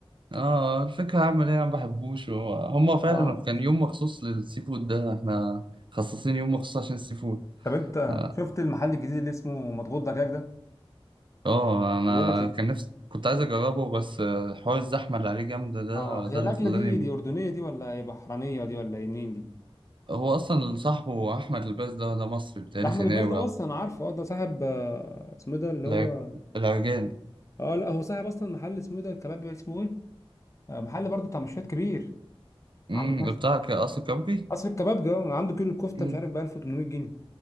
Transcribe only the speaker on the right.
اه الفكرة هعمل ايه انا ما بحبوش هو- هم فعلا
كان يوم مخصوص للسي فود ده احنا خصصين يوم مخصوص عشان السي فود
اه
آه، انا
كان نفسي كنت عايز اجربه بس آه، حوار الزحمة اللي عليه جامدة ده
ده
اللي خلاني
هو اصلا صاحبه احمد الباز ده ده مصري بتاعي
سيناوي
الع-
العرجاني
امم
بتاع ك- قصر كبري
امم